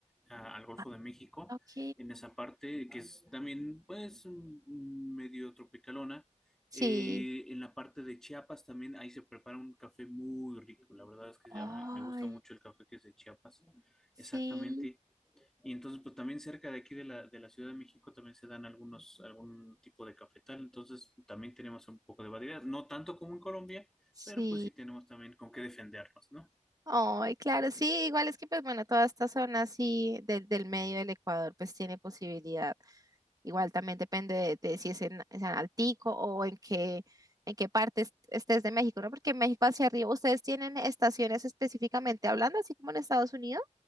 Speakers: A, in the centre; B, on the right.
A: a- al Golfo
B: Ah,
A: de México,
B: ok.
A: en esa parte que es también pues mm, medio tropicalona.
B: Sí,
A: Eh, en la parte de Chiapas también, ahí se prepara un café muy rico. La verdad es que
B: Ay,
A: a mí me gusta mucho el café que es de Chiapas.
B: sí,
A: Exactamente. Y entonces, pues también cerca de aquí de la, de la Ciudad de México también se dan algunos, algún tipo de cafetal. Entonces, también tenemos un poco de variedad. No tanto como en Colombia,
B: sí.
A: pero pues sí tenemos también con qué defendernos, ¿no?
B: Ay, claro, sí, igual es que pues bueno, toda esta zona así del del medio del Ecuador pues tiene posibilidad. Igual también depende de, de si es en, en Altico o en qué, en qué parte est- estés de México, ¿no? Porque en México hacia arriba, ¿ustedes tienen estaciones específicamente hablando, así como en Estados Unidos?